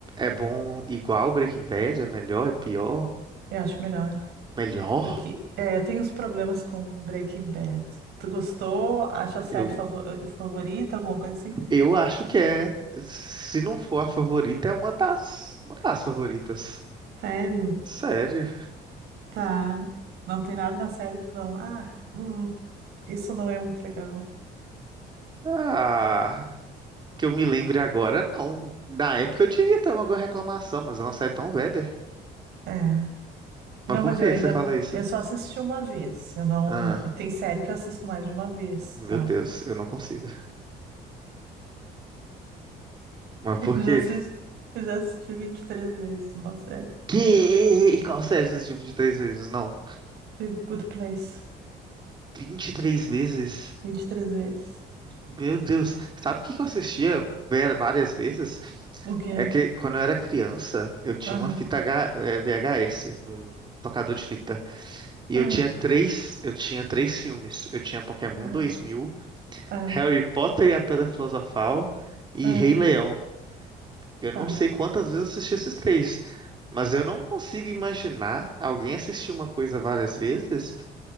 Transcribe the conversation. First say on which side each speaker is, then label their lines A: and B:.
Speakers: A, on the right (about 25°); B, on the right (about 75°).
A: é bom igual Breaking Bad? É melhor? É pior?
B: eu acho melhor.
A: Melhor?
B: Porque é, eu tenho uns problemas com Breaking Bad. Tu gostou? Acha a série
A: Eu
B: favo- favorita? Alguma coisa assim?
A: Eu acho que é, se não for a favorita, é uma das, uma das favoritas.
B: Sério?
A: Sério.
B: Tá. Não tem nada na série que falam, ah, hum, isso não é muito legal.
A: Ah, que eu me lembre agora, não. Na época eu devia ter alguma reclamação, mas eu não saí tão velha.
B: É. Não,
A: Mas por
B: mas
A: que
B: eu ainda,
A: que você fala isso?
B: eu só assisti uma vez. Eu não,
A: Ah,
B: tem série que eu assisto mais de uma vez,
A: meu
B: tá?
A: Deus, eu não consigo. Mas
B: <laughs>
A: por
B: Eu
A: quê?
B: já assisti, eu já assisti vinte e três vezes uma série.
A: Que? Qual série você assistiu vinte e três vezes? Não.
B: The Good Place.
A: 23 vezes?
B: vinte e três vezes.
A: Meu Deus, sabe o que que eu assistia va- várias vezes?
B: O quê?
A: É que quando eu era criança, eu tinha
B: Aham.
A: uma fita H- eh, VHS, um tocador de fita. E
B: Aham.
A: eu tinha três, eu tinha três filmes. Eu tinha Pokémon
B: Aham.
A: 2000,
B: Aham.
A: Harry Potter e a Pedra Filosofal e
B: aham,
A: Rei Leão. Eu
B: Tá.
A: não sei quantas vezes eu assisti esses três, mas eu não consigo imaginar alguém assistir uma coisa várias vezes,